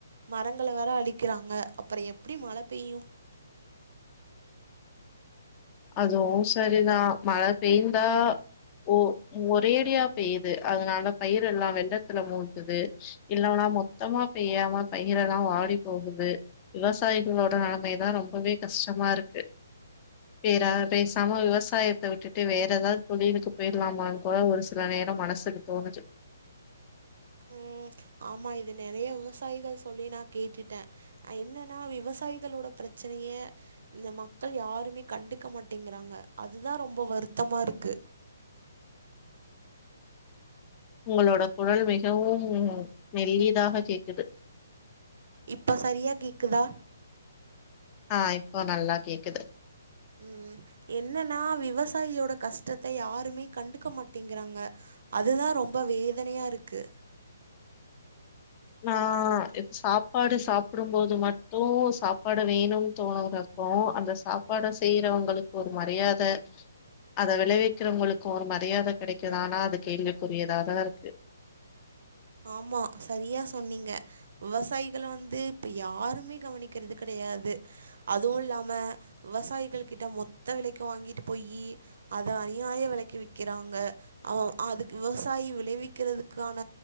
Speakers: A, on the right; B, on the left.
A: மரங்கள வேற அழிக்கிறாங்க அப்ற எப்டி மழ பெய்யு
B: அதுவு செரிதா மழ பெய்ந்தா ஒ ஒரேடியா பெய்யுது அதனால பயிர் எல்லா வெள்ளத்துல மூழ்குது இல்லவனா மொத்தமா பெய்யாம பயிரல்லா வாடி போகுது விவசாயிகளோட நெலைமைதா ரொம்பவே கஷ்டமா இருக்கு பேற பேசாம விவசாயத்த விட்டுட்டு வேற எதாத் தொழிலுக்கு போய்டலாமான் கூட ஒரு சில நேரோ மனசுக்கு தோணுச்சு
A: ம் ஆமா இது நெறைய விவசாயிகள் சொல்லி நா கேட்டுட்டே அ என்னென்னா விவசாயிகளோட ப்ரச்சனைய இந்த மக்கள் யாருமே கண்டுக்க மாட்டேங்கிறாங்க அதுதா ரொம்போ வருத்தமா இருக்கு
B: உங்களோட குரல் மிகவும் மெல்லியதாக கேக்குது
A: இப்ப சரியா கேக்குதா
B: ஆ இப்ப நல்லா கேக்குது
A: ம் என்னன்னா விவசாயியோட கஷ்டத்த யாருமே கண்டுக்க மாட்டேங்கிறாங்க அதுதா ரொம்ப வேதனையா இருக்கு
B: நா சாப்பாடு இப்ப சாப்பாடு சாப்புடும்போது மட்டு சாப்பாடு வேணும் தோன கூடாது கோ அந்த சாப்பாட செய்யறவங்களுக்கு ஒரு மரியாத அத விளைவிக்கிறவங்களுக்கு ஒரு மரியாத கெடைக்குதானா அது கேள்விக்குரியதாதா இருக்கு
A: ஆமா சரியா சொன்னீங்க விவசாயிகள வந்து இப்ப யாருமே கவனிக்கறது கெடையாது அதுவு இல்லாம விவசாயிகள் கிட்ட மொத்த விலைக்கு வாங்கிட்டு போயி அத அநியாய விலைக்கு விக்கிறாங்க அவ அதுக் விவசாயி விளைவிக்கிறதுக்கான